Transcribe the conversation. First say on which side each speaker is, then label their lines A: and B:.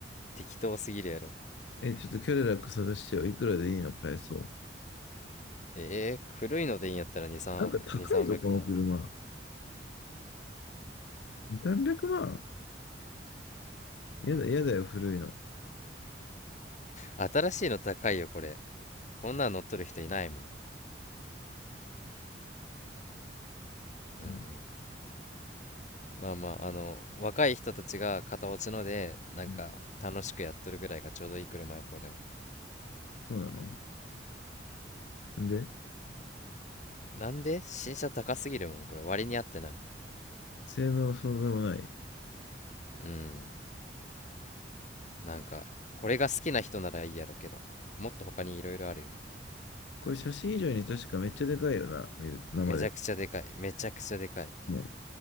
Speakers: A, on the left; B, on the left.
A: 適当すぎるやろ
B: え、ちょっとキャデラック探してよ。いくらでいいの買えそう。
A: えー、古いのでいいんやったら2 3
B: なんか高いぞ、
A: 2 3 0
B: この車。
A: 0万
B: 300万やだ、やだよ、古いの。
A: 新しいの高いよこれこんなん乗っとる人いないもんうんうん
B: うん。
A: まあまああの若い人たちが片落ちのでなんか楽しくやっとるぐらいがちょうどいい車よこれは
B: うんそうなのんで、
A: なんで新車高すぎるもんこれ割に合ってない
B: 性能そうでもない。
A: うんなんかこれが好きな人ならいいやろけどもっと他にいろいろあるよ
B: これ写真以上に確かめっちゃでかいよな、見る、生で。
A: めちゃくちゃでかいめちゃくちゃでかい
B: ね。